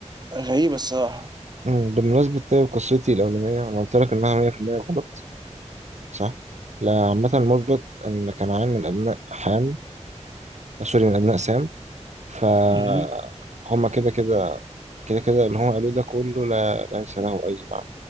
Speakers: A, on the right; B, on the right.
A: غريبه الصراحه
B: مم، بمناسبة طيب قصتي الأولانية أنا قلت لك إنها 100% غلط صح؟ لا عامة المثبت إن كنعان من أبناء حام سوري من أبناء سام فهم
A: امم
B: كده كده كده كده اللي هم قالوه ده كله لا ليس له أي معنى